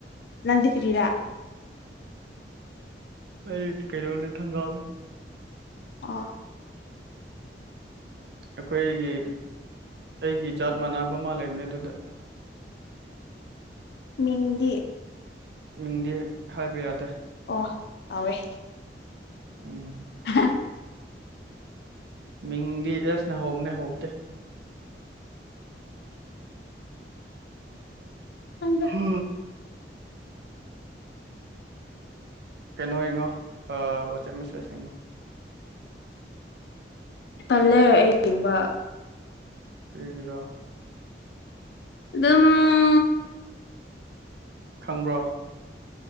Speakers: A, on the left; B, on the right.
A: ꯂꯪꯗ ꯀ꯭ꯔꯔꯤꯔꯥ
B: ꯑꯩ ꯇ ꯀꯣꯏ ꯏ ꯊꯪꯒꯥ
A: ꯑꯥ
B: ꯑꯩꯈꯣꯏꯒꯤ ꯑꯩꯒꯤ ꯖꯥꯠ ꯃꯥꯟꯅꯕ ꯑꯃ ꯂꯩꯕꯅꯦ ꯑꯗꯨꯗ
A: ꯃꯤꯗꯤ
B: ꯃꯤꯡꯗꯤ ꯍꯥꯏꯕ ꯌꯥꯗꯦ
A: ꯑꯣ ꯇꯥꯎꯋꯦ
B: ꯎꯝ
A: ꯑ
B: ꯃꯤꯡꯗꯤ ꯑꯦꯁ ꯅꯍꯧꯕꯅꯦ ꯍꯧꯕꯗꯦ
A: ꯍꯗ
B: ꯍ ꯀꯩꯅꯣ ꯌꯦꯡꯉꯣ ꯋꯥꯆꯦꯞ ꯃꯦꯁꯦꯁ ꯌꯦꯡꯉꯣ
A: ꯇꯜꯂꯦ ꯑꯩ ꯌꯦꯡꯕ
B: ꯄꯤꯒꯤꯔꯣ
A: ꯑꯗꯨ ꯑꯗꯨꯝ
B: ꯈꯪꯕ꯭ꯔꯣ